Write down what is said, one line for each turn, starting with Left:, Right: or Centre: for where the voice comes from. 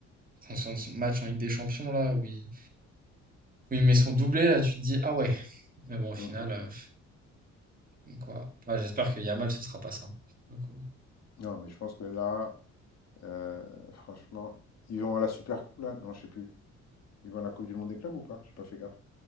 Right: Son, son- son match en Ligue des Champions là, où il, où il met son doublé là, tu te dis, ah ouais. Mais bon, au final,
Left: Mmh mh.
Right: euh, Donc voilà. Ouais, j'espère que Yamal, ce sera pas ça. pour le coup.
Left: Non, mais je pense que là, heu, franchement, ils vont à la Super Coupe là? Non, je sais plus. Ils vont à la Coupe du monde des clubs ou pas? J'ai pas fait gaffe.